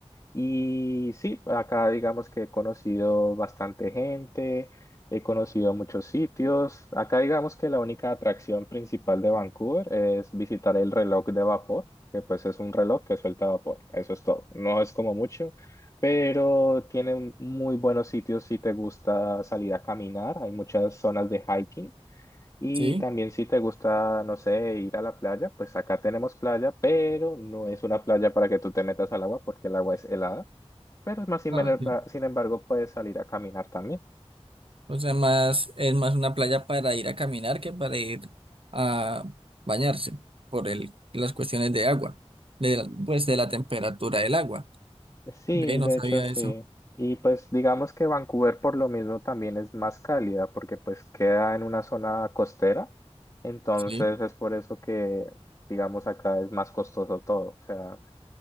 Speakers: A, on the left; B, on the right.
A: Y sí, acá digamos que he conocido bastante gente, he conocido muchos sitios. Acá digamos que la única atracción principal de Vancouver es visitar el reloj de vapor, que pues es un reloj que suelta vapor. Eso es todo. No es como mucho, pero tiene muy buenos sitios si te gusta salir a caminar. Hay muchas zonas de hiking. Y
B: sí.
A: también si te gusta, no sé, ir a la playa, pues acá tenemos playa, pero no es una playa para que tú te metas al agua porque el agua es helada. Pero más sin,
B: Ah,
A: embar-
B: sí.
A: sin embargo puedes salir a caminar también.
B: O sea, más, es más una playa para ir a caminar que para ir a bañarse por el, las cuestiones de agua, de, la- pues de la temperatura del agua.
A: Sí,
B: Ve,
A: de
B: no sabía
A: hecho sí.
B: eso.
A: Y pues digamos que Vancouver por lo mismo también es más cálida porque pues queda en una zona costera. Entonces
B: Sí,
A: es por eso que digamos acá es más costoso todo. O sea,